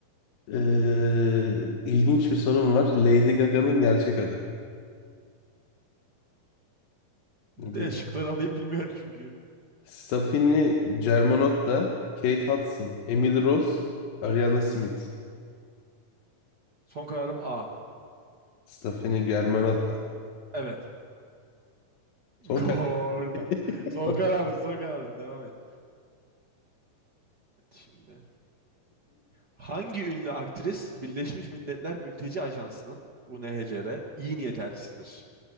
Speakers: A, on the left; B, on the right.
A: Ee, ilginç bir sorum var. Lady Gaga'nın gerçek adı.
B: De
A: Bu Bir...
B: şıkları alayım bilmiyorum çünkü.
A: Stephanie Germanotta, Kate Hudson, Emily Rose, Ariana Smith.
B: Son kararım A.
A: Stephanie Germanotta.
B: Evet. Gol.
A: Son karar. <laughs>
B: Son kararın, son kararın. Devam et. Şimdi. Hangi ünlü aktris Birleşmiş Milletler Mülteci Ajansı'nın UNHCR iyi niyet elçisidir?